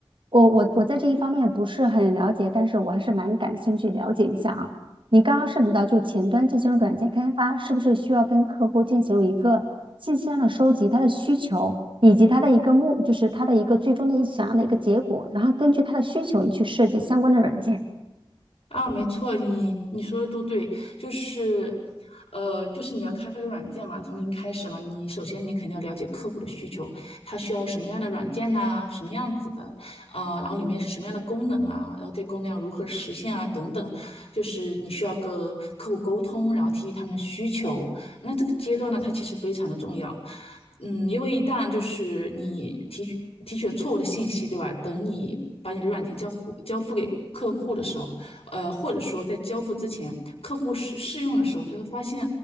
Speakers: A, on the right; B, on the left.
A: 我我我在这一方面不是很了解，但是我还是蛮感兴趣了解一下啊。你刚刚涉及到就前端进行软件开发，是不是需要跟客户进行一个信息上的收集，他的需求以及他的一个目，就是他的一个最终的想要的一个结果，然后根据他的需求，你去设计相关的软件。
B: 啊，没错，你你说的都对，就是，呃，就是你要开发个软件嘛，从零开始嘛，你首先你肯定要了解客户的需求，他需要什么样的软件呐、什么样子的，啊、然后里面是什么样的功能啊，然后这功能要如何实现啊，等等，就是你需要跟客户沟通，然后提取他们的需求，那这个阶段呢，它其实非常的重要，嗯，因为一旦就是你提取提取了错误的信息，对吧？等你把你的软件交互交付给客户的时候。呃，或者说在交付之前，客户试试用的时候，他会发现，